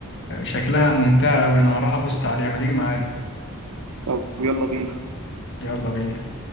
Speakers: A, on the left; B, on the right.
A: آه، شكلها ممتعة أوي أنا هروح أبص عليها ما تيجي معايا
B: طب يلا بينا
A: يلا بينا